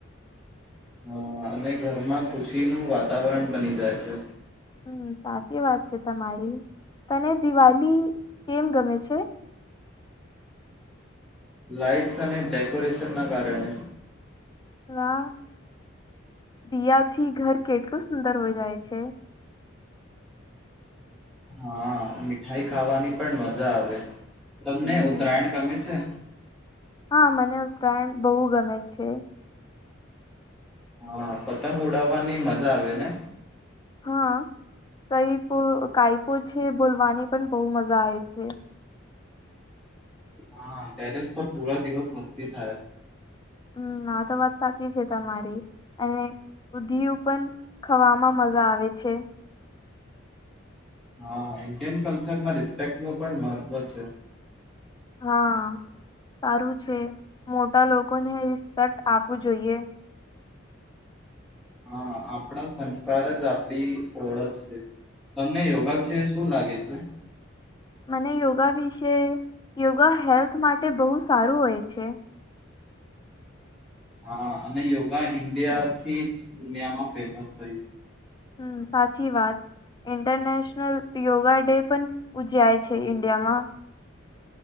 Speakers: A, in the centre; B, on the left.
A: હા અને ઘરમાં ખુશીનું વાતાવરણ બની જાય છે
B: હમ સાચી વાત છે તમારી તને દિવાલીી કેમ ગમે છે
A: લાઇટ્સ અને ડેકોરેશનના કારણે
B: વા દિયાથી ઘર કેટલું સુંદર હોય જાય છે,
A: હા, મીઠાઈ ખાવાની પણ મજા આવે, તમને
B: હમ
A: ઉત્તરાયણ ગમે છે
B: હા મને ઉતરાયણ બહુ ગમે છે,
A: હા, પતંગ ઉડાવવાની મજા આવે ને
B: હા કઈપો કઈપો છે, બોલવાની પણ બહુ મજા આવે છે
A: હા, ટેરેસ પર પૂરા દિવસ મસ્તી થાય,
B: હમ આ તો વાત સાચી છે, તમારી અને દધીય પણ ખવામાં મજા આવે છે.
A: હા ઈન્ડિયન કલ્ચરમાં રિસ્પેક્ટ ન પણ મહત્વ છે,
B: હા સારું છે, મોટા લોકોને રિસ્પેક્ટ આપવું જોઈએ.
A: હા આપણા સંસ્કાર જ આપણી ઓળખ છે, તમને યોગા વિશે શું લાગે છે.
B: મને યોગા વિશે યોગા હેલ્થ માટે બહુ સારું હોય છે,
A: હા અને યોગા ઇન્ડિયા થી જ દુનિયામાં ફેમસ થયું,
B: હમ સાચી વાત ઈન્ટરનેશનલ યોગા ડે પણ ઉજય છે, ઈન્ડિયામાં